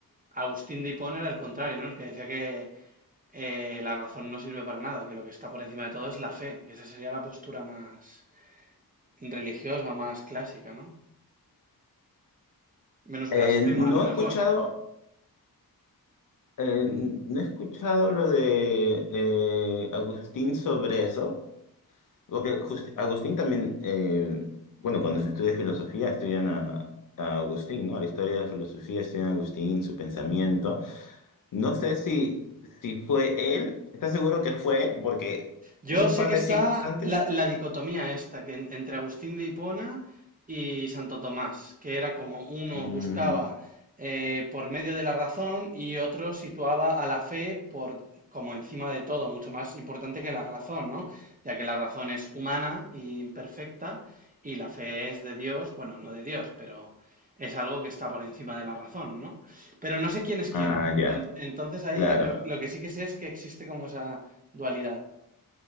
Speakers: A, on the right (about 25°); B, on the left (about 60°).
A: Agustín de Hipona era el contrario, ¿no? El que decía que eh, la razón no sirve para nada, que lo que está por encima de todo es la fe. Esa sería la postura más religiosa, más clásica, ¿no? Menos
B: Eh,
A: blasfema,
B: no
A: a lo mejor.
B: he escuchado, eh, no he escuchado lo de eh, Agustín sobre eso, Porque Justi- Agustín también, eh, bueno, cuando se estudia filosofía, estudian a, a Agustín, ¿no? La historia de la filosofía, estudian a Agustín, su pensamiento. No sé si, si fue él, ¿estás seguro que fue él? Porque
A: Yo
B: un
A: sé
B: par
A: que
B: de
A: está
B: siglos antes.
A: la, la dicotomía esta, que en- entre Agustín de Hipona y Santo Tomás, que era como uno
B: Mm,
A: buscaba eh, por medio de la razón y otro situaba a la fe por como encima de todo, mucho más importante que la razón, ¿no? Ya que la razón es humana e imperfecta y la fe es de Dios, bueno, no de Dios, pero es algo que está por encima de la razón, ¿no? Pero no sé quién es
B: ah,
A: quién.
B: ya,
A: En- Entonces ahí
B: claro.
A: lo lo que sí que sé es que existe como esa dualidad.